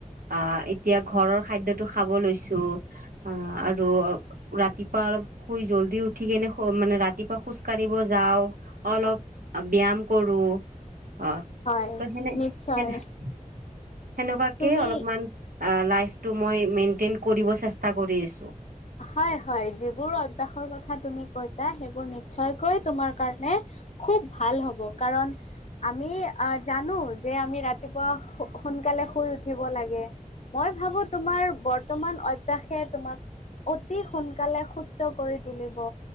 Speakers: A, on the right; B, on the left.
A: আহ এতিয়া ঘৰৰ খাদ্যটো খাব লৈছো আ আৰু ৰাতিপুৱা অলপ শুই জলদি উঠি কেনে মানে ৰাতিপুৱা খোজ কাঢ়িব যাওঁ। অলপ ব্যায়াম কৰো অ
B: হয়
A: ত হেনে
B: নিশ্চয়
A: হেনে সেনেকুৱাকে
B: তুমি
A: অলপমান লাইফটো মই মেইনটেইন কৰিব চেষ্টা কৰি আছোঁ।
B: হয় হয় যিবোৰ অভ্যাসৰ কথা তুমি কৈছা সেইবোৰ নিশ্চয়কৈ তোমাৰ কাৰণে খুব ভাল হ'ব কাৰণ আমি আহ জানো যে আমি ৰাতিপুৱা সো সোনকালে শুই উঠিব লাগে। মই ভাবোঁ তোমাৰ বৰ্তমান অভ্যাসে তোমাক অতি সোনকালে সুস্থ কৰি তুলিব।